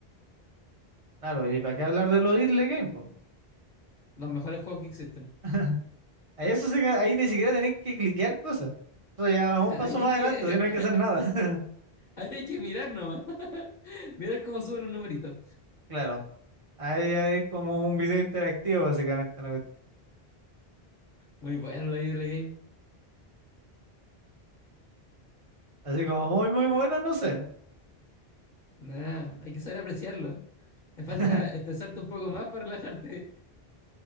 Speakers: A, on the right; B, on the left.
A: Claro, ¿y para qué hablar de los idle game, po?
B: Los mejores juegos que existen.
A: <laughs> A eso sí que- ahí ni siquiera tenéis que cliquear cosas. Eso ya es
B: <laughs>
A: un paso
B: Ahí tenéis
A: más adelante,
B: que,
A: si no hay
B: <laughs>
A: que hacer nada. <laughs>
B: ahí hay que mirar nomás. Mirar cómo suben los numeritos.
A: Claro. Ahí hay como un video interactivo, básicamente. la cuestión.
B: Muy bueno la idea de la game.
A: Así como muy, muy bueno, no sé.
B: Nah, hay que saber apreciarlo. Me falta
A: <laughs>
B: estresarte un poco más para relajarte.